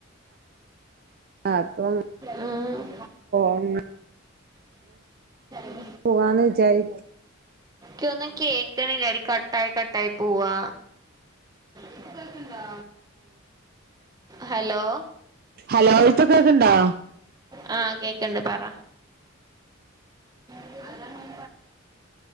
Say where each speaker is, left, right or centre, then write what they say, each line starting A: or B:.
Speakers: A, on the right; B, on the right.
A: അപ്പം
B: ആ
A: അങ്ങനെ
B: <unintelligible>
A: പോകാന്ന് വിചാരിക്ക
B: എ ഒന്നും കേക്കണില്ല അടി കട്ടായി കട്ടായി പോവാ ഇപ്പം കേൾക്കുണ്ടോ ഹലോ
A: ഹലോ ഇപ്പൊ കേക്ക്ണ്ടോ
B: ആ കേക്കണ്ട് പറ പറോ